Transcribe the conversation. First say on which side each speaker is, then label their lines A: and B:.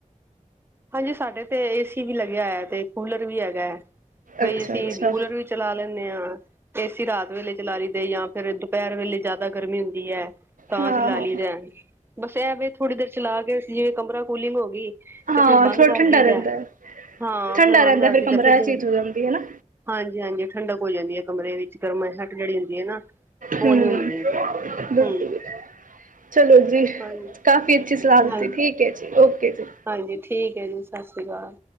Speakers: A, on the right (about 15°); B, on the right (about 75°).
A: ਹਾਂਜੀ। ਸਾਡੇ ਤੇ ਏ ਸੀ ਵੀ ਲੱਗਿਆ ਹੋਇਆ ਏ ਤੇ ਕੂਲਰ ਵੀ ਹੈਗਾ। ਬਈ
B: ਅੱਛਾ
A: ਅਸੀਂ
B: ਅੱਛਾ
A: ਕੂਲਰ ਵੀ ਚਲਾ ਲੈਂਨੇ ਆਂ ਏਸੀ ਰਾਤ ਵੇਲੇ ਚਲਾ ਲਈ ਦਾ ਜਾਂ ਫਿਰ ਦੁਪਹਿਰ ਵੇਲੇ ਜ਼ਿਆਦਾ ਗਰਮੀ ਹੁੰਦੀ ਐ ਤਾਂ
B: ਹਾਂ
A: ਚਲਾ
B: ਹਾਂ
A: ਲਈਦਾ ਬਸ ਐਵੇ ਥੋੜੀ ਦੇਰ ਚਲਾ ਕੇ ਜਿਵੇਂ ਕਮਰਾ ਕੂਲਿੰਗ ਹੋ ਗਈ
B: ਹਾਂ
A: ਤੇ ਫੇਿਰ ਬੰਦ
B: ਥੋੜਾ
A: ਕਰਦੀ
B: ਠੰਡਾ ਰਹਿੰਦਾ
A: ਦਾ ਹਾਂ।
B: ਠੰਡਾ
A: ਫੇਰ ਬੰਦ
B: ਰਹਿੰਦਾ
A: ਕਰਦੀ
B: ਕਮਰਾ
A: ਦਾ ਫਿਰ
B: ਇਹ ਚੀਜ਼ ਹੋ ਜਾਂਦੀ ਹੈ ਨਾ
A: ਹਾਂਜੀ- ਹਾਂਜੀ ਠੰਡਕ ਹੋ ਜਾਂਦੀ ਹੈ ਕਮਰੇ ਵਿੱਚ। ਗਰਮਾਹਟ ਜਿਹੜੀ ਹੁੰਦੀ ਏ ਨਾ ਉਹ
B: ਹਮ
A: ਨੀ ਹੁੰਦੀ
B: ਦ
A: ਹਮ
B: <inaudible> ਚਲੋ ਜੀ,
A: ਹਾਂਜੀ
B: ਕਾਫ਼ੀ ਅੱਛੀ ਸਲਾਹ ਦਿੱਤੀ,
A: ਹਾਂਜੀ
B: ਠੀਕ ਹੈ ਜੀ ਓਕੇ ਜੀ।
A: ਹਾਂਜੀ, ਠੀਕ ਹੈ ਜੀ। ਸਸਰੀ ਅਕਾਲ।